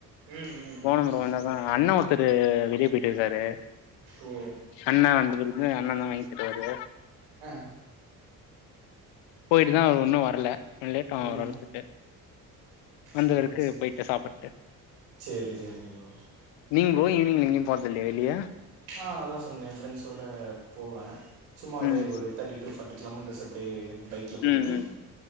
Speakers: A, on the right; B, on the left.
A: ம் ம்
B: போன முறம்
A: சூப்பர்
B: வந்தாதான் அண்ணன் ஒருத்தர் வெளியே போயிட்டு இருக்காரு
A: ஓ
B: அண்ணா வந்தபிறகு அண்ணன் தான் வாங்கிதருவாரு
A: ஆ
B: போயிட்டுதா ஒன்னு வர்ல லேட்டாவு அவர்
A: ம்
B: வர்றத்துக்கு வந்தவருக்கு
A: சேரி சேரி
B: போயிட்டு சாப்பட்டு
A: சேரி சேரிங்க ப்ரோ
B: <unintelligible> போன்தலேலியா
A: ஆ அதா சொன்னே ஃப்ரெண்ட்ஸோட போவே சும்மா அப்டியே
B: ம்
A: ஒரு தேர்ட்டி டு ஃபார்ட்டி கிலோமீட்டர்ஸ் அப்டே பைக்ல போயிட்டு
B: ம் ம்